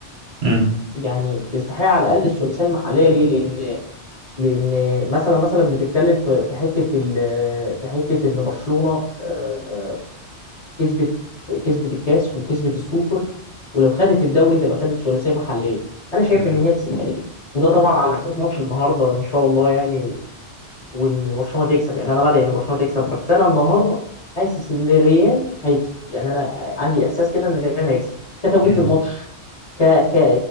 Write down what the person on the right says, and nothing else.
مم.
مم.
مم.